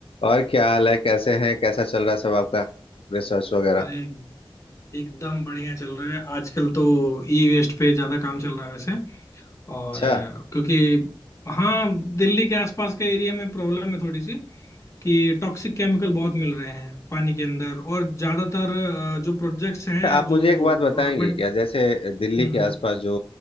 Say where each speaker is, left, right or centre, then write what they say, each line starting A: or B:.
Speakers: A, on the left; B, on the left.
A: और क्या हाल है कैसे हैं कैसा चल रहा है सब आपका रिसर्च वगैरह
B: अरे एकदम बढ़िया चल रहा है आजकल तो ई वेस्ट पे ज्यादा काम चल रहा है वैसे और
A: अच्छा
B: अ, क्योंकि हाँ दिल्ली के आसपास के एरिया में प्रॉब्लम है थोड़ी सी कि टॉक्सिक केमिकल बहुत मिल रहे हैं पानी के अंदर और ज्यादातर अ, जो प्रोजेक्ट्स हैं
A: अच्छा, आप
B: जो
A: मुझे एक बात बताएंगे
B: गवर्नमेंट
A: क्या जैसे
B: हम्म
A: दिल्ली के
B: हम्म
A: आसपास जो